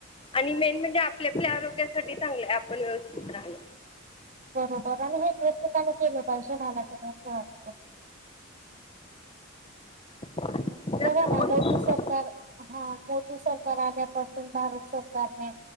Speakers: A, on the left; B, on the right.
A: आणि मेन म्हणजे आपल्या आपल्या आरोग्यासाठी चांगलंय आपण व्यवस्थित राहल
B: बरोबर आणि हे प्रत्येकाने केलं पाहिजे मला त्री असं वाटतं.
A: कसं
B: बघा ना
A: मग
B: मोठ सरकार हा मोठ सरकार आल्यापासून भारत सरकारने